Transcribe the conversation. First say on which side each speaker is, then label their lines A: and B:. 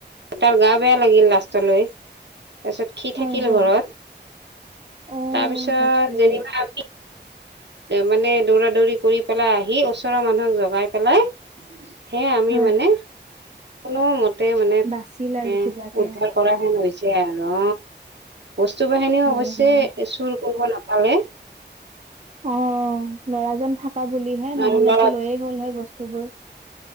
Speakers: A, on the right; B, on the right.
A: তাৰ গা বেয়া লাগিল লাচতলৈ। তাৰপিছত সি
B: হয়,
A: থাকিল
B: হয়।
A: ঘৰত
B: অ',
A: তাৰপিছত
B: বাপৰে।
A: যেনিবা আমি। মানে দৌৰা দৌৰি কৰি পেলাই আহি ওচৰৰ মানুহক জগাই পেলাই। সে আমি
B: হয়।
A: মানে কোনো মতে মানে
B: বাচিল আৰু
A: এ
B: কিবাকে।
A: উদ্ধাৰ কৰাহে নহৈছে। যে আৰহ বস্তু- বাহনিও
B: হয়,
A: অৱশ্যে
B: হয়।
A: এ ইছুল। কৰিব নাপালে।
B: অহ ল'ৰাজন থাকা বুলিহে নহলেতো
A: আৰু লৰাত
B: লৈয়ে গ'ল হয় বস্তুবোৰ।